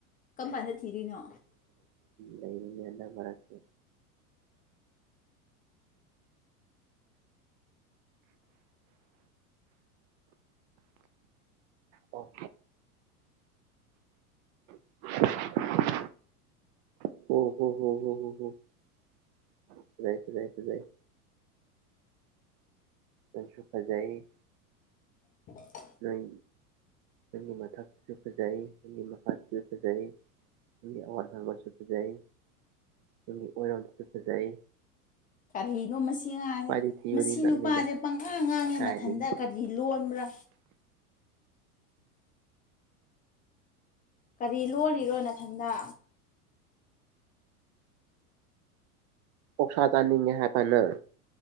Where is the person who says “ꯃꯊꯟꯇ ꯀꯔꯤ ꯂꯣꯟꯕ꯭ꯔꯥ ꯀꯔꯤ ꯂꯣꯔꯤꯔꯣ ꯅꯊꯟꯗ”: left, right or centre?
Left